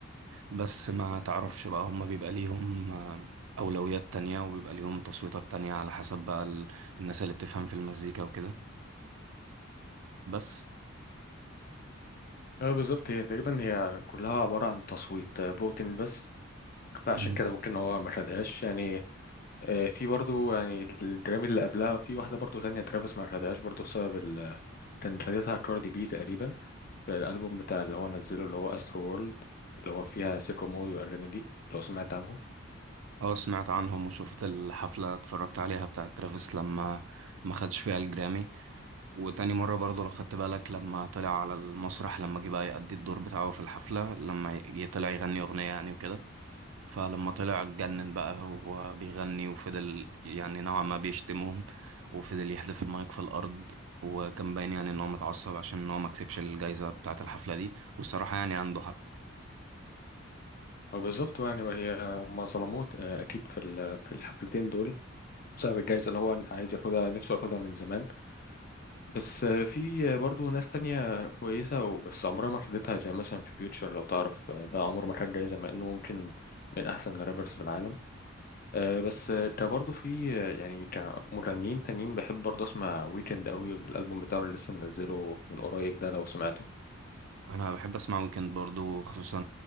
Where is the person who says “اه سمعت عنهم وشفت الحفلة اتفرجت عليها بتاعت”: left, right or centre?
Right